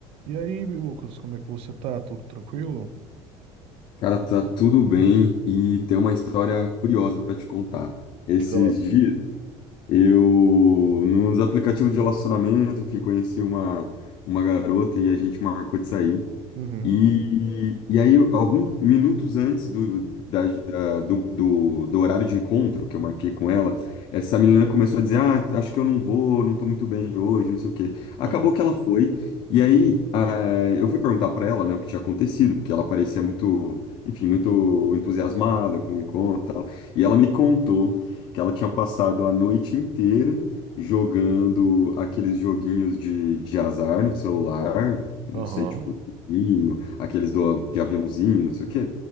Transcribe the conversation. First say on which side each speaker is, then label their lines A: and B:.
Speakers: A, on the right; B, on the left.
A: E aí, Lucas, como é que você tá? Tudo tranquilo?
B: Cara, tá tudo bem e tem uma história curiosa pra te contar. Esses
A: Diga lá.
B: dias eu nos aplicativos de relacionamento, enfim, conheci uma uma garota e a gente marcou de sair.
A: Uhum.
B: E, e aí, alguns minutos antes do, da- da- do, do, do horário de encontro que eu marquei com ela, essa menina começou a dizer: Ah, acho que eu não vou, não tô muito bem hoje, não sei o quê. Acabou
A: Ah,
B: que ela foi. E aí, ah, eu fui perguntar pra ela, né, o que tinha acontecido, porque ela parecia muito, enfim, muito entusiasmada com o encontro e tal. E ela me contou que ela tinha passado a noite inteira jogando aqueles joguinhos de, de azar no celular. Não
A: aham,
B: sei, tipo. E aqueles do, de aviãozinho, não sei o quê.